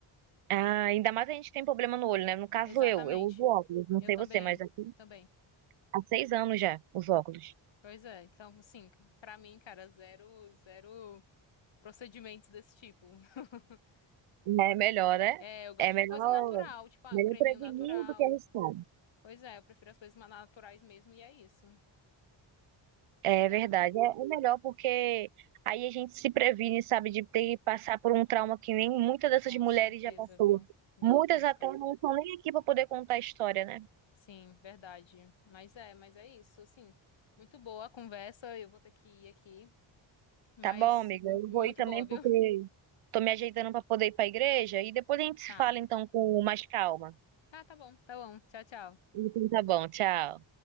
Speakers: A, on the right (about 85°); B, on the left (about 60°).
A: Ah, ainda mais a gente que tem problema no olho, né? No caso
B: Exatamente.
A: eu, eu uso óculos, não
B: Eu
A: sei
B: também,
A: você, mas aqui
B: também.
A: há seis anos já, os óculos.
B: Pois é. Então, assim, pra mim, cara, zero, zero procedimentos desse tipo. <laughs>
A: É melhor, né?
B: É, eu gosto
A: É melhor,
B: de coisa natural, tipo, ah,
A: melhor
B: um creminho
A: prevenir
B: natural.
A: do que arriscar.
B: Pois é, eu prefiro as coisas mais naturais mesmo, e é isso. Mas
A: É
B: é,
A: verdade, é, é melhor porque aí a gente se previne, sabe, de ter que passar por um trauma que nem muitas dessas
B: com
A: mulheres
B: certeza,
A: já passou.
B: viu? Meu
A: Muitas
B: Deus,
A: até
B: cara.
A: não estão nem aqui para poder contar a história, né?
B: Sim, verdade. Mas é, mas é isso. Assim, muito boa a conversa. Eu vou ter que ir aqui, mas
A: Tá bom, amiga,
B: hum,
A: eu
B: muito
A: vou ir também
B: boa, viu?
A: porque
B: <laughs>
A: tô me ajeitando para poder ir para a igreja e depois a gente se
B: Tá.
A: fala então com mais calma.
B: Tá, tá bom. Tá bom. Tchau, tchau.
A: Então tá bom, tchau.